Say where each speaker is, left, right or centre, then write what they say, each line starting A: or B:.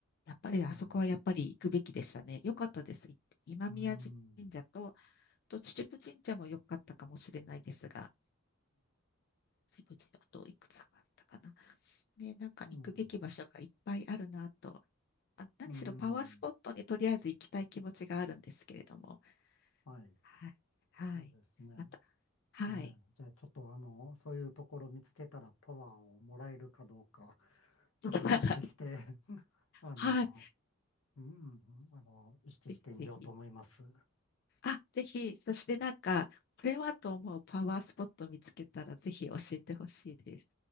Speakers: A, on the left; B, on the left.
A: やっぱり、あそこはやっぱり行くべきでしたね。
B: ん、
A: よかったです。行って今宮神社と、
B: うん、うん、
A: あと秩父神社も良かったかもしれないですが、秩父神社あといくつかあったかな。ね、なんか行くべき場所がいっぱいあるなと。
B: うん、
A: あ、何しろパワースポットにとりあえず行きたい気持ちがあるんですけれども。
B: うん、はい。
A: はい。はい。
B: そうですね。
A: また。はい。
B: ねえ、じゃあちょっとあの、そういうところ見つけたらパワーをもらえるかどうか、ちょっと意識して、
A: <laughs>
B: <laughs> あの、
A: はい。
B: うん、あの、意識してみようと思います。
A: ぜひぜひ。
B: う
A: あ、ぜひ。そしてなんか、これはと思うパワースポット見つけたらぜひ教えてほしいです。